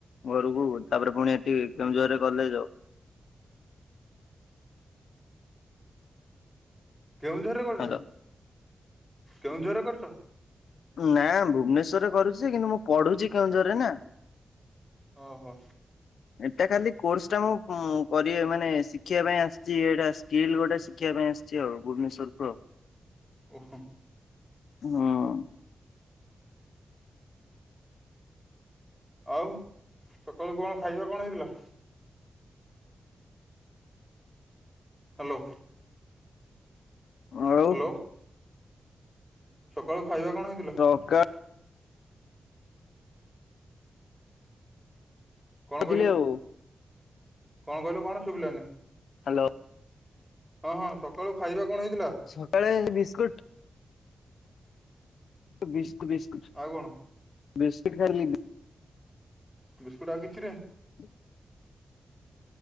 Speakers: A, on the left; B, in the centre.
A: ଘରକୁ ତାପରେ ପୁଣି ଏଠି କେଉଁଝର ରେ କଲେଜ।
B: କେଉଁଝର ରେ କରୁଚ।
A: ହାଲୋ
B: କେଉଁଝର ରେ କରୁଚ।
A: ନା ଭୁବନେଶ୍ଵରରେ କରୁଛି କିନ୍ତୁ ମୁଁ ପଢୁଛି କେଉଁଝର ନା।
B: ଓ ହୋ।
A: ଏଟା ଖାଲି କୋର୍ସ ଟା ମୁଁ କରିବେ ମାନେ ଶିଖିବା ପାଇଁ ଆସିଛି ଏଟା ସ୍କିଲ୍ ଗୋଟେ ଶିଖିବା ପାଇଁ ଆସି ଚି ଆଉ ଭୁବନେଶ୍ୱରକୁ ଆଉ।
B: ଓ ହୋ।
A: ହଁ।
B: ଆଉ ସକାଳୁ କଣ ଖାଇବା କଣ ହେଇଥିଲା? ହାଲୋ।
A: ଆଉ
B: ହାଲୋ ସକାଳୁ ଖାଇବା କଣ ହେଇଥିଲା?
A: ଅକା
B: କଣ
A: ଖାଇଥିଲି
B: କହିଲ
A: ଆଉ।
B: କଣ କହିଲ କଣ ଶୁବିଲାନି।
A: ହାଲୋ।
B: ହଁ ହଁ ସକାଳୁ ଖାଇବା କଣ ହେଇଥିଲା?
A: ସକାଳେ ବିସ୍କୁଟ ବିସ୍ ବିସ୍
B: ଆଉ କଣ?
A: ବିସ୍କୁଟ ଖାଲି।
B: ବିସ୍କୁଟ ଆଉ କିଛି ନାହିଁ।
A: <unintelligible>